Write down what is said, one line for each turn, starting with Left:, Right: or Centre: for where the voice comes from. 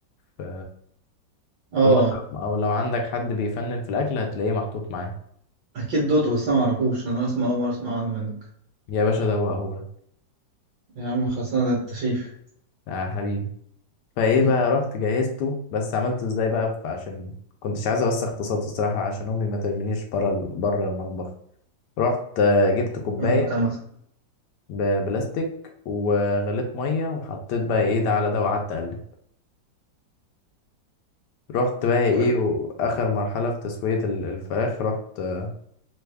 Left: في
Right: اه
Left: في مطعم أو لو عندك حد بيفنن في الأكل هتلاقيه محطوط معاه
Right: اكيد دوته بس انا معرفوش انا اسمع اول مره اسمع عنه منك
Left: يا باشا ده هو هو
Right: يا عم خلصنا ده التشيف
Left: يا حبيبي فايه
Right: <laughs>
Left: بقى رحت جهزته بس عملته ازاي بقى ف- عشان كنتش عايز اوسخ اقتصادي الصراحه عشان امي ما ترمينيش بره بره المطبخ رحت آه، جبت كوبايه
Right: فاهمك عامة
Left: ببلاستيك وغليت ميه وحطيت بقى ايه ده على ده وقعدت اقلب رحت بقى ايه
Right: و-
Left: واخر مرحله في تسويه ال- الفراخ رحت آه،